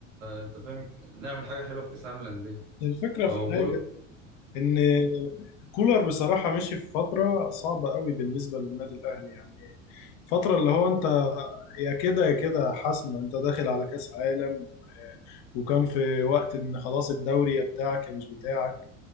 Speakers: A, on the right (about 85°); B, on the left (about 50°).
A: انت فاهم نعمل حاجه حلوه في كاس العالم للانديه
B: الفكرة
A: آه
B: في حاجة
A: وبيقولوا
B: إن كولر بصراحة مشي في فترة صعبة قوي بالنسبة للنادي الأهلي يعني فترة اللي هو أنت يا كده يا كده حاسمة أنت داخل على كأس عالم وكان في وقت إن خلاص الدوري يا بتاعك يا مش بتاعك